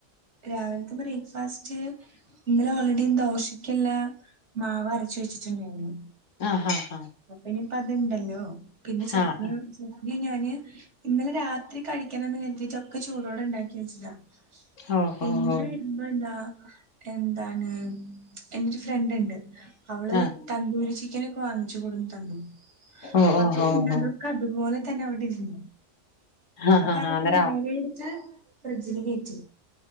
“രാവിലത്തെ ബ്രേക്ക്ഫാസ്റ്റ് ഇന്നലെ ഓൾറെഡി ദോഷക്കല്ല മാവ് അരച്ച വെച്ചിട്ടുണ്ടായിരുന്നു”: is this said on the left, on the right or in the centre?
Right